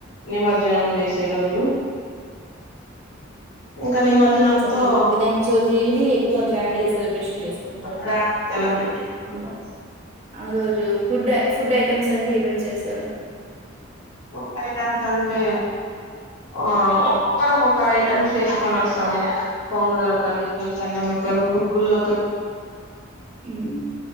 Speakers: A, on the left; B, on the right.
A: నిమర్జనం చేసే రోజు ఇంకా నిమజ్జనంతో
B: ఓకే వినాయక చవితిని ఎక్కువగా గ్రాండ్గా సెలబ్రేషన్ చేసుకుంటారు
A: గ్రాండ్ సెలబ్రేట్ చేసుకుంటాం
B: ఆ రోజు రు ఫుడ్ ఫుడ్ ఐటెమ్స్ అండి ఏమేమి చేస్తారు
A: ఫుడ్ ఐటమ్స్ అంటే ఆ ఒ ఒకక్కరుక్కొక్క ఐటమ్స్ చేసుకొని వస్తాము పొంగల్ ఒకరు పోల్సనా మా క గుగగల్ లో
B: హ్మ్